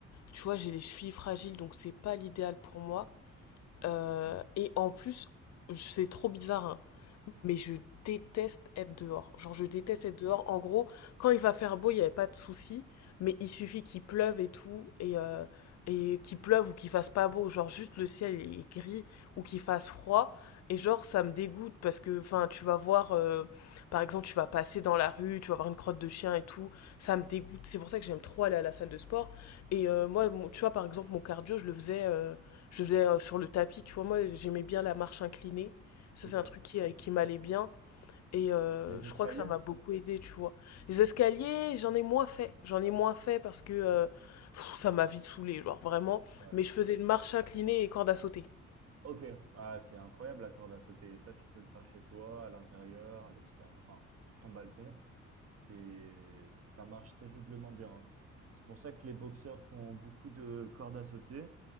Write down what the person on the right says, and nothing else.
Ouais.
<laughs>
Ok.
Les
escaliers?
Ouais.
Ok. Ah, c'est incroyable la corde à sauter. Ça, tu peux le faire chez toi, à l'intérieur, à l'extérieur, enfin, sur ton balcon. C'est, ça marche terriblement bien. hein. C'est pour ça que les boxeurs font beaucoup de cordes à sauter.